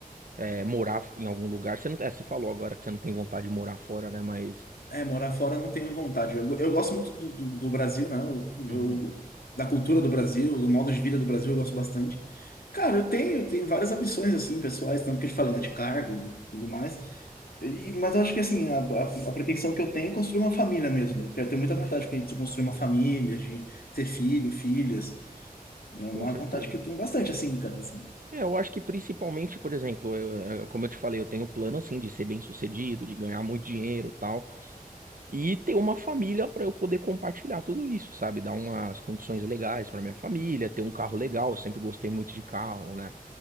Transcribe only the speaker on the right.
é, morar em algum lugar. Você não, é, você falou agora que você não tem vontade de morar fora, né? Mas,
Uhum.
com certeza.
É, eu acho que principalmente, por exemplo, eu- eu- como eu te falei, eu tenho o plano assim de ser bem-sucedido, de ganhar muito dinheiro, e tal, e ter uma família para eu poder compartilhar tudo isso, sabe? Dar umas condições legais para minha família, ter um carro legal. Eu sempre gostei muito de carro, né?